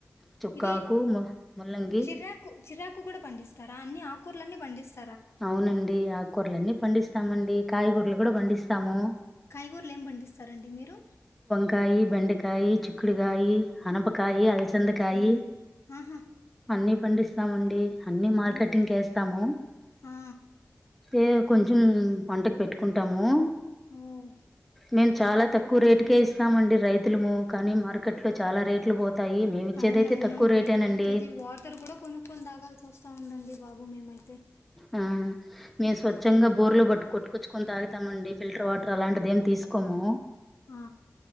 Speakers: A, in the centre; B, on the left.
A: చుక్కాకు
B: ఇది
A: మ ముల్లంగి
B: చిరాకు చిరాకు కూడా పండిస్తారా అన్ని ఆ కూర్లన్ని బండిస్తారు
A: అవునండి ఆకూరలన్నీ పండిస్తామండి
B: ఉమ్.
A: కాయగూర లు గూడా పండిస్తాము
B: కాయిగూర్ల్ ఏం పండిస్తారండి మీరు
A: కాయ బెండకాయ చిుక్కుడుగాయి అనపకాయ అలచందకాయి
B: అమ్మో. ఆహా
A: అన్నీ పండిస్తామండి అన్నీ మార్కెటింగ్
B: అన్-
A: కేస్తాము
B: ఆ,
A: ఏదో కొంచెం వంటకు పెట్టుకుంటాము
B: మ్
A: మేము చాలా తక్కువ రేటుకే ఇస్తామండి రైతులము. కానీ మార్కెట్‌లో చాలా రేట్లు బోతాయి. మేమిచ్చేదైతే
B: అవునవునండి
A: తక్కువ రేటేనండి.
B: ప్రతిది వాటర్ కూడా కొను కొని తాగాల్సి ఒస్తా ఉందండి బాబు మేమై
A: ఆ మేవ్ స్వచ్ఛంగా బోర్లో బట్టు కొట్ కుచ్చుకొని తా తామండి ఫల్టర్ వాటర్ అలాంటిదిే తీసుకోము
B: ఆ,